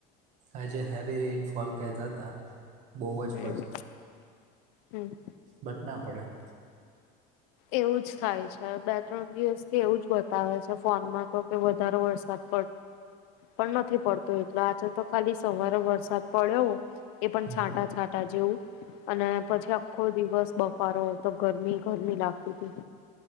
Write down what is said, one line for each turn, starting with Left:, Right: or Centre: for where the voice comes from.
Right: આજે હેવી રેનફોલ કેતા જ હતા, બહુ
Left: હું,
Right: જ
Left: હું
Right: બદના પડ્યો,
Left: એવુંજ થાય છે, બે -ત્રણ દિવસથી એવું જ બતાવે છે, ફોનમાં તોકે વધારે વરસાદ. પણ નથી પડતું એટલે આજે તો ખાલી સવારે વરસાદ પડ્યો, એ પણ
Right: હમ,
Left: છાંટા છાંટા જેવું, અને પછી આખો દિવસ બફારો હોય તો ગરમી ગરમી લાગતી હતી,